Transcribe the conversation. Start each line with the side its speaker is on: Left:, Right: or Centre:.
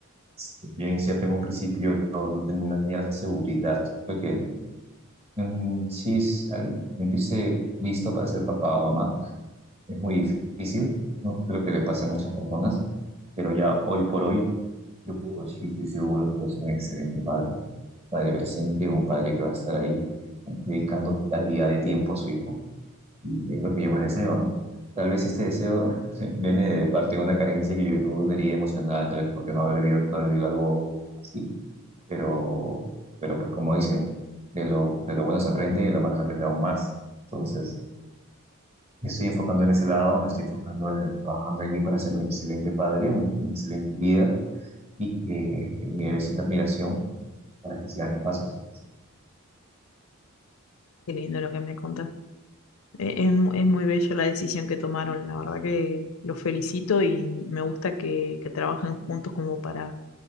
Right: Si Bien, es cierto, en un principio no, ten- no tenía la seguridad. Creo que mm, sí, es- al sentirse listo para ser papá o mamá es muy difícil. No creo que le pase a muchas personas, pero ya hoy por hoy yo puedo decir que estoy seguro que voy a ser un excelente padre. Padre presente, un padre que va a estar ahí dedicando calidad de tiempo a su hijo Y es lo que yo más deseo, ¿no? Tal vez este deseo <laughs> viene de parte de una carencia que yo tuve, una herida emocional, tal vez porque no haber vivido, no haber vivido algo así, pero, pero pues como dicen, de lo, de lo bueno se aprende y de lo malo se aprende aún más. Entonces, me estoy enfocando en ese lado, me estoy enfocando en trabajando en mí para ser un excelente padre, un excelente líder y que mi bebé admiración para que sigan mis pasos.
Left: Qué lindo lo que me contás. Eh, Es, mu- es muy bello la decisión que tomaron, la verdad que los felicito y me gusta que, que trabajen juntos como para